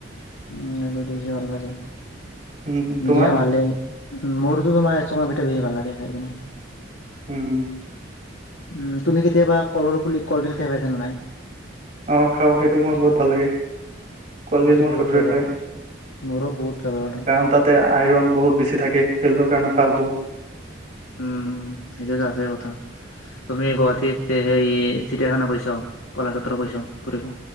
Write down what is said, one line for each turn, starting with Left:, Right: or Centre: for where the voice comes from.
Left: অ, সেইটো বেছি ভাল লাগে।
Right: উম তোমাৰ
Left: দিয়া ভালেই। উম' মোৰটো তোমাৰ এ চুঙা পিঠা বেছি ভাল লাগে খাই কিনে।
Right: উম' হুম'।
Left: উম তুমি কেতিয়াবা কলৰ পুলি কলডিল খাই পাইছা নে নাই।
Right: অঁ খাওঁ সেইটো মোৰ বহুত ভাল লাগে কলডিল
Left: মোৰতো
Right: মোৰ
Left: বহুত
Right: ফেভেৰেট
Left: ফেভাৰেট,
Right: হয়।
Left: মোৰো বহুত ফেভাৰেট হয়।
Right: কাৰণ তাতে আইৰণ বহুত বেছি থাকে হেল্টৰ কাৰণে ভাল বহুত,
Left: উম সেইটোতো আছে কথা। তুমি গুৱাহাটীত সেই চিৰিয়াখানা গৈছ কলাক্ষেত্ৰ গৈছ ফুৰিব।